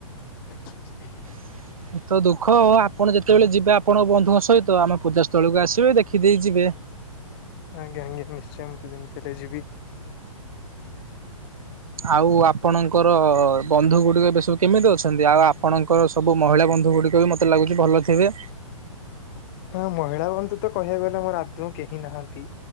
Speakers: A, on the left (about 40°); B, on the right (about 75°).
A: <inaudible>
B: <inaudible> ଏଇତ ଦୁଃଖ ଆପଣ ଯେତେବେଳେ ଯିବେ ଆପଣଙ୍କ ବନ୍ଧୁଙ୍କ ସହିତ ଆମେ ପୂଜା ସ୍ଥଳକୁ ଆସିବେ ଦେଖିଦେଇ ଯିବେ।
A: ଆଜ୍ଞା ଆଜ୍ଞା ନିଶ୍ଚୟ ମୁଁ ତ ଯେମିତି ହେଲେ ଯିବି।
B: ଆଉ ଆପଣଙ୍କର ବନ୍ଧୁ ଗୁଡିକ ଏବେ ସବୁ କେମିତି ଅଛନ୍ତି ଆଉ ଆପଣଙ୍କର ସବୁ ମହିଳା ବନ୍ଧୁ ଗୁଡ଼ିକ ବି ମୋତେ ଲାଗୁଛି ଭଲଥିବେ।
A: ନା ମହିଳା ବନ୍ଧୁ ତ କହିବାକୁ ଗଲା ମୋର ଆଦୌ କେହି ନାହାନ୍ତି।